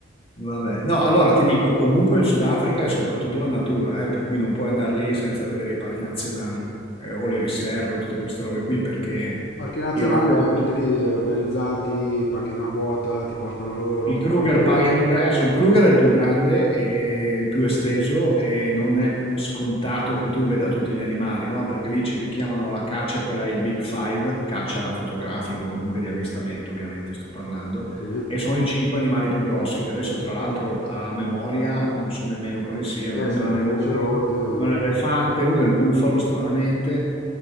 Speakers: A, on the left; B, on the left.
A: Vabbè, no, allora ti dico, comunque il Sudafrica è soprattutto la natura, eh, per cui non puoi andare lì senza vedere i parchi nazionali, eh, o le riserve, o tutte queste robe qui, perché
B: Parchi nazionali,
A: il rapporto...
B: ovviamente lì eh, organizzati, paghi una quota, ti portano loro,
A: Il Kruger
B: lo fanno che?
A: paga l'ingresso, il Kruger è il più grande e il più esteso e non è scontato che tu veda tutti gli animali, no? Perché lì ci li chiamano la caccia, è quella ai Big Five, caccia fotografica o comunque di avvistamento, ovviamente sto parlando,
B: Sì.
A: e sono i cinque animali più grossi, che adesso tra l'altro a memoria non so nemmeno quali siano,
B: Eh,
A: uno
B: sarà
A: è il leone,
B: il rinoceronte, no,
A: uno è l'elefante, uno è il bufalo, stranamente,